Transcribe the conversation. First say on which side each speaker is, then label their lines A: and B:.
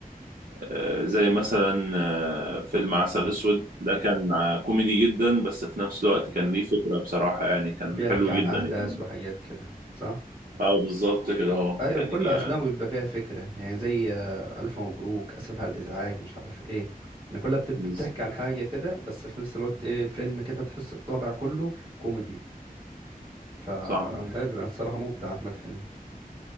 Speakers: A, on the right; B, on the right.
A: آه، زي مثلا آه، فيلم عسل أسود ده كان آه، كوميدي جدا بس في نفس الوقت كان ليه فكرة بصراحة يعني كان
B: بيحكي
A: حلو
B: عن
A: جدا
B: أحداث
A: يعني
B: وحاجات كده صح؟
A: اه بالظبط كده اهو
B: أيوة
A: يعني
B: كل أفلامه
A: آه،
B: بيبقى فيها فكرة يعني زي آه، ألف مبروك أسف على الإزعاج مش عارف إيه إن كلها بتبقى
A: بالظبط.
B: بتحكي عن حاجة كده بس في نفس الوقت إيه الفيلم كده تحس الطابع كله كوميدي فحلو
A: صح
B: يعني الصراحة مبدع أحمد حلمي